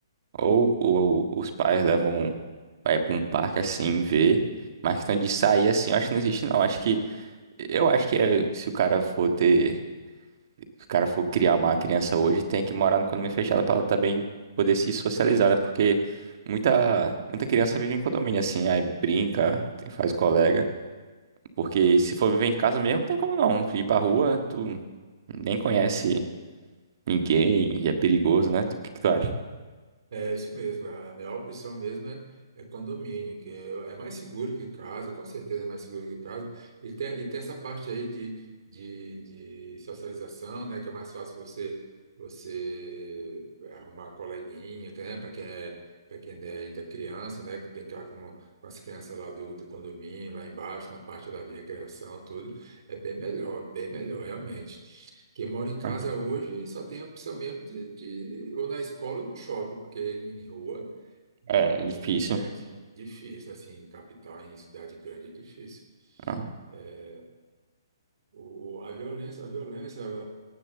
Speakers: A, on the right (about 45°); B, on the right (about 65°).
A: Ou, ou os pais levam vai pra um parque assim ver. Mas questão de sair assim, eu acho que não existe, não. Acho que. Eu acho que é, se o cara for ter. Se o cara for criar uma criança hoje, tem que morar no condomínio fechado pra ela também poder se socializar, né? Porque muita, muita criança vive em condomínio, assim, aí brinca, tem- faz colega. Porque se for viver em casa mesmo, não tem como não. Ir pra rua, tu nem conhece ninguém e é perigoso, né? Tu- O que que tu acha?
B: É isso mesmo, cara. a melhor opção mesmo é, é condomínio, que é, é mais seguro que casa, com certeza é mais seguro que casa. E tem, e tem essa parte aí de, de, de socialização, né, que é mais fácil você você é, arrumar coleguinha, que, né, para quem é, para quem é ainda criança, né, brincar com, com as crianças lá do, do condomínio, lá embaixo, na parte lá de recreação, tudo, é bem melhor, bem melhor realmente. Quem mora em casa
A: Aham.
B: hoje só tem a opção mesmo de, de ou na escola ou no shopping, porque em rua,
A: É,
B: em,
A: é difícil.
B: em, em grande, difícil, assim, em capital, em cidade grande é difícil.
A: Ah.
B: É, O, a violência, a violência